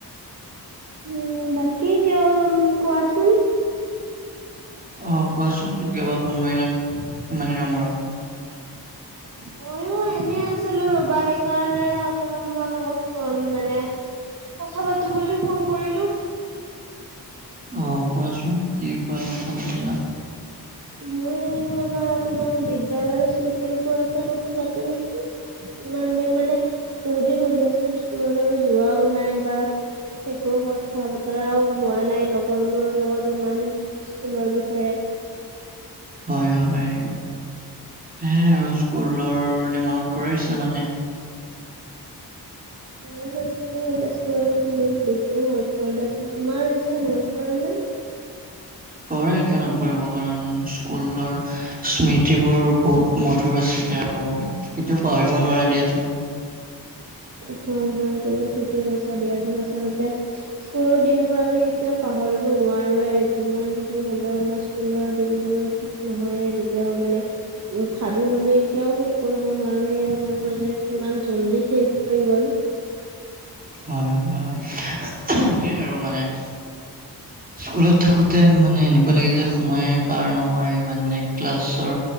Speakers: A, on the right (about 45°); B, on the right (about 20°).
A: উম বাকী এতিয়া উম কোৱাচোন
B: অ কোৱাচোন কিয় বা ফোন মাৰিলা ইমান দিনৰ মূৰত?
A: মইও এনে আছিলো ৰবা সেইকাৰণে অকমান তোমাৰ লগত উম মানে কথা পাতো বুলি ফোন কৰিলো।
B: অহ কোৱাচোন কি কোৱা কথা পাতিলা
A: মই এনে আমাৰ অকমান বিদ্যয়ালয়ৰ স্মৃতিৰ ওপৰতে কথা পাতো নেকি। ইমান দিন মানে বহুত দিন হ'ল দিয়াচোন স্কুললৈ যোৱাও নাই বা একো কথা বতৰাও হোৱা নাই লগৰবোৰৰ লগত ইমান- স্কুলৰ বিষয়ে।
B: হয় হয়, সেয়াই আৰু স্কুলৰলৈ মনত পৰিছে মানে।
A: হয় হয়, ঠিকেই কৈছা, স্কুললৈ বহুত বেছিয়ে মনত পৰে দিয়াচোন। তোমাৰ পিছে মনত পৰে নে?
B: পৰে, কিয় নপৰিব কাৰণ স্কুলৰ স্মৃতিবোৰ বহুত মধুৰ আছিলে আৰু কেতিয়াও পাহৰিব নোৱাৰে দিয়াচোন।
A: হয় হয়, তুমি ঠিকে কৈছা দিয়াচোন। আচলতে স্কুলৰ দিনবোৰ আমি কেতিয়াও পাহৰিব নোৱাৰোোৱে যিমান যি হ'লেও আমাৰ স্কুলৰ দিনবোৰ শেষ নহয় কেতিয়াও মানে। উমঁ' ভাবি ভাবি এতিয়াও শেষ কৰিব নোৱাৰো সেই সময়বোৰ যে কিমান জল্দি শেষ হৈ গ'ল।
B: হয় হয় হয়, সেইয়াই আৰু মানে-
A: <unintelligible>
B: স্কুলত থাকোঁতে মানে এনেকুৱা লাগে যে সময় পাৰ নহয় মানে ক্লাছৰ